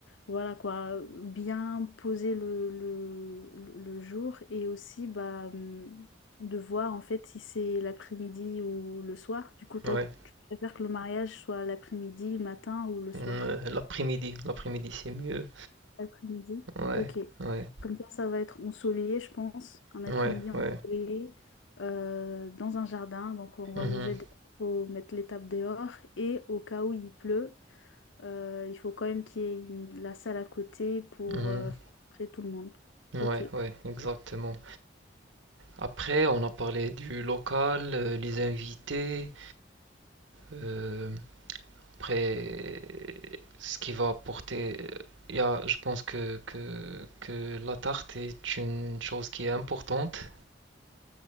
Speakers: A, on the left; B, on the right.
A: voilà quoi, bien poser le, le, le jour et aussi bah, hum, de voir en fait si c'est l'après-midi ou le soir. Du coup, toi,
B: ouais.
A: tu préfères que le mariage soit l'après-midi, le matin ou le soir?
B: Euh, l'après-midi, l'après-midi c'est mieux.
A: Après-midi.
B: Ouais,
A: Ok.
B: ouais,
A: Comme ça, ça va être ensoleillé, je pense. Un après-midi
B: ouais,
A: ensoleillé
B: ouais.
A: euh, dans un jardin. Donc, on va
B: Mhm,
A: manger dehors, faut mettre les tables dehors. Et au cas où il pleut, euh, il faut quand même qu'il y ait une- la salle à côté pour
B: mhm.
A: euh, faire entrer tout le monde.
B: Ouais,
A: Ok.
B: ouais, exactement. Après, on a parlé du local, euh, les invités. euh, après, ce qui va apporter. euh, il y a, je pense que, que, que la tarte est une chose qui est importante.